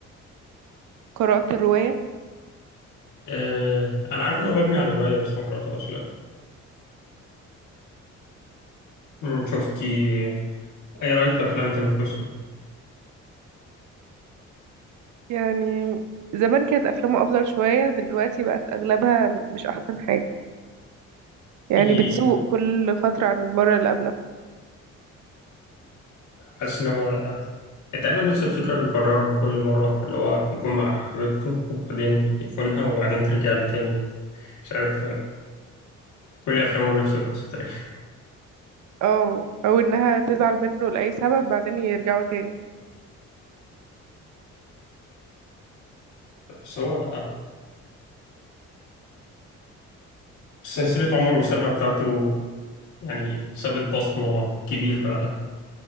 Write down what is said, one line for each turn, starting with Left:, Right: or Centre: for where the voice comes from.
Right: قرأت الرواية
Left: أه أنا عارف إن هو مبني على رواية بس ما قرأتهاش لأ أمم، شفتي أي رأيك في أفلام تامر حسني؟
Right: يعني زمان كانت أفلامه أفضل شوية دلوقتي بقت أغلبها مش أحسن حاجة يعني
Left: دي
Right: بتسوء
Left: آه،
Right: كل فترة عن المرة اللي قبلها
Left: حاسس إن هو تقريبا نفس الفكرة بيكررها كل مرة اللي هو يكون مع حبيبته وبعدين يخونها وبعدين ترجع له تاني مش عارف كل أفلامه نفس القصة تقريبا
Right: اه أو إنها تزعل منه لأي سبب بعدين يرجعوا تاني
Left: بس هو آه، سلسلة عمر وسلمى بتاعته يعني سابت بصمة كبيرة